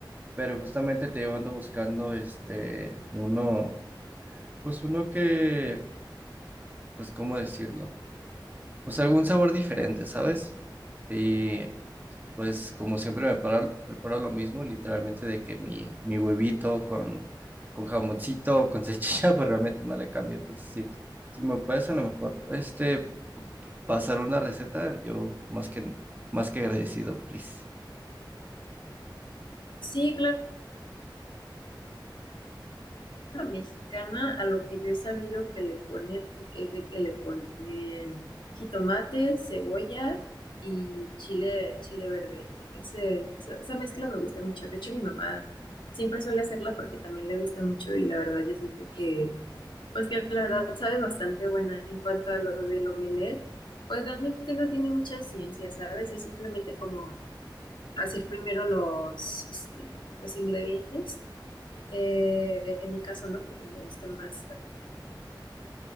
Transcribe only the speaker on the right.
pero justamente te digo, ando buscando este uno, pues uno que, pues cómo decirlo, pues algún sabor diferente, ¿sabes? Y pues como siempre me preparo, preparo lo mismo, literalmente de que mi, mi huevito con, con jamoncito, con cechilla, <laughs> pues realmente no le cambio. Entonces, sí, si me puedes a lo mejor este, pasar una receta, yo más que, más que agradecido, please.